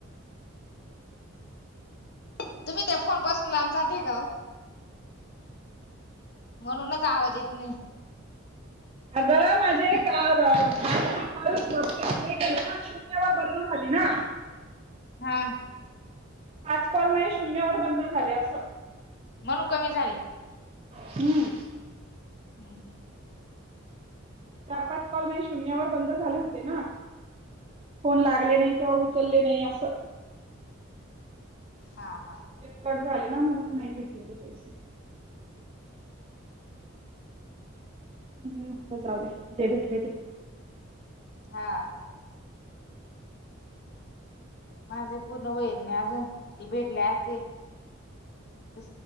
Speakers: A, on the left (about 50°); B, on the right (about 30°).
A: तुम्ही त्या फोन पासून लांब जाते का ओ म्हणूनच आवाज येत नई.
B: अग माझे काल अ बावीस <unintelligible> हे केले ना असे शून्यावर बंंद झाले ना
A: हा
B: आज कॉल माजे शून्यावर बंद झाले असं
A: म्हणू कमी झाली
B: हम्म
A: हम् हम
B: चार पाच कॉल म्हे शून्यावर बंद झाले होते ना फोन लागले
A: हा हा
B: नाही किंवा चालले नाही असं
A: हा हा
B: कड झाले ना म्हणून नाही भेटलेले पैसे हम् जाऊ दे ते भेटले ते
A: हा माझे पूर्ण होईना ग अजून ती भेटले असते त